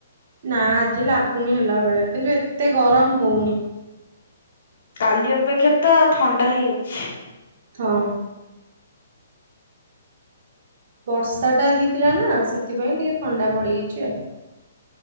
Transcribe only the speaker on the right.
ନାଁ ଆଜି ଲାଗୁନି ହେଲା ଭଳିଆ କିନ୍ତୁ ଏତେ ଗରମ ଭୁନି
ହଁ। ବର୍ଷା ଟା ହେଇଥିଲା ନା ସେଥିପାଇଁ ଟିକେ ଥଣ୍ଡା ପଡିଯାଇଛି ଆଉ।